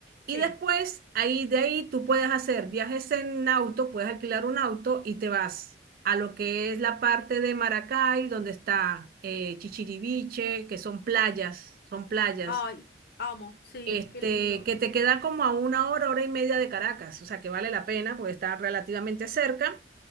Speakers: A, on the right; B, on the left.
A: Y
B: sí.
A: después, ahí de ahí tú puedes hacer viajes en auto, puedes alquilar un auto y te vas a lo que es la parte de Maracay, donde está eh, Chichiriviche, que son playas, son playas
B: Ay, amo, sí,
A: este,
B: qué lindo.
A: que te queda como a una hora, hora y media de Caracas, o sea que vale la pena porque está relativamente cerca.